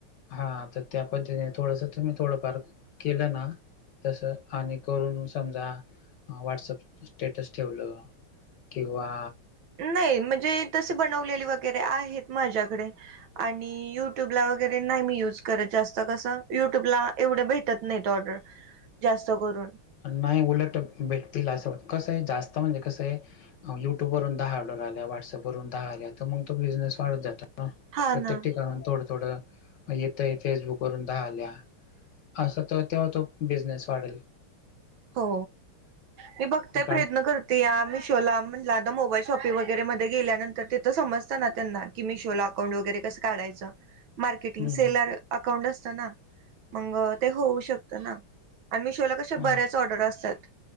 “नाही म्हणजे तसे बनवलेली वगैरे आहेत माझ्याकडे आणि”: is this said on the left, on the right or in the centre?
Right